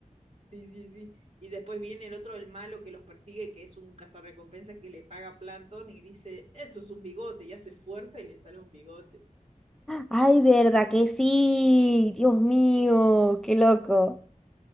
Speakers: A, on the right; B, in the centre.
A: sí, sí, sí, y después viene el otro, el malo que los persigue, que es un cazarrecompensa que le paga Plankton y dice, esto es un bigote, y hace fuerza y le sale un bigote.
B: ¡Ay, verdad que sí! Dios mío, qué loco.